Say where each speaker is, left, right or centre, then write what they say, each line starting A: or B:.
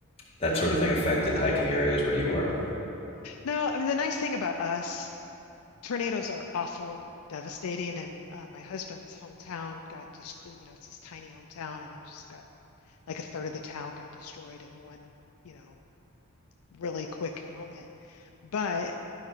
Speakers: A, on the left; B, on the left.
A: that sort of thing affected hiking areas where you are?
B: No, I mean the nice thing about us, tornadoes are awful and they're devastating. And uh, my husband's hometown got, dest- you know, it's this tiny hometown, and it just got like a third of the town got destroyed in one, you know, really quick moment. But